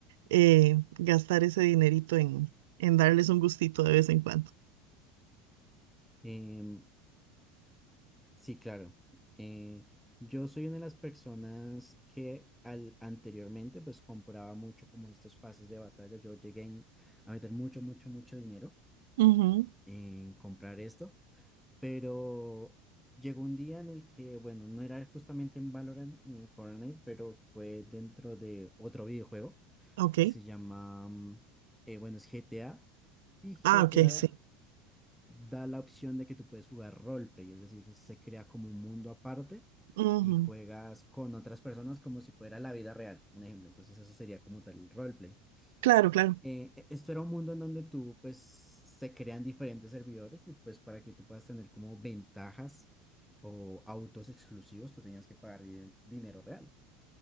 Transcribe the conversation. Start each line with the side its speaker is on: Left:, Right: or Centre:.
Right: eh, gastar ese dinerito en, en darles un gustito de vez en cuando.
Centre: Em, sí, claro. Eh, yo soy una de las personas que al, anteriormente pues compraba mucho como estos pases de batalla. Yo llegué en- a meter mucho, mucho, mucho dinero
Right: Ujú,
Centre: en comprar esto, pero llegó un día en el que, bueno, no era justamente en Valorant ni en Fortnite, pero fue dentro de otro videojuego
Right: Ok.
Centre: que se llama, mm, eh, bueno, es GTA, y GTA
Right: Ah, ok, sí.
Centre: da la opción de que tú puedes jugar roleplay, es decir, que se crea como un mundo aparte
Right: Ujú,
Centre: y juegas con otras personas como si fuera la vida real, un ejemplo, entonces eso sería como tal el roleplay.
Right: Claro, claro,
Centre: Eh, e- esto era un mundo en donde tú, pues, se crean diferentes servidores y pues para que tú puedas tener como ventajas o autos exclusivos, tú tenías que pagar din- dinero real.